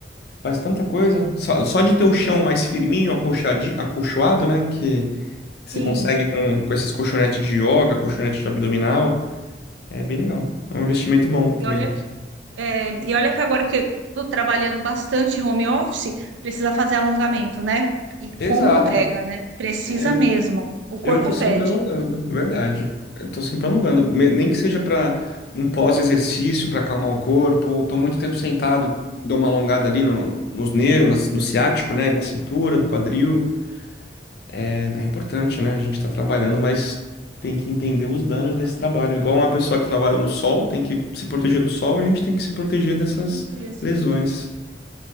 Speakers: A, on the left; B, on the right.
A: Faz tanta coisa. Só, só de ter o chão mais firminho, acolchadi- acolchoado, né? Que você
B: Sim.
A: consegue com, com esses colchonetes de yoga, colchonete de abdominal. É bem legal. É um investimento bom também.
B: E olha É, e olha que agora que eu estou trabalhando bastante home office, precisa fazer alongamento, né? E
A: Exato.
B: como pega, né? Precisa
A: É,
B: mesmo. O corpo
A: eu tô sempre
B: pede.
A: alongando, verdade. Eu tô sempre alongando, me- nem que seja para um pós-exercício, para acalmar o corpo, ou tô muito tempo sentado, dou uma alongada ali no, nos nervos, no ciático, né, da cintura, do quadril. É, é importante, né? A gente tá trabalhando, mas tem que entender os danos desse trabalho. Igual uma pessoa que trabalha no sol, tem que se proteger do sol, a gente tem que se proteger dessas
B: Com certeza.
A: lesões.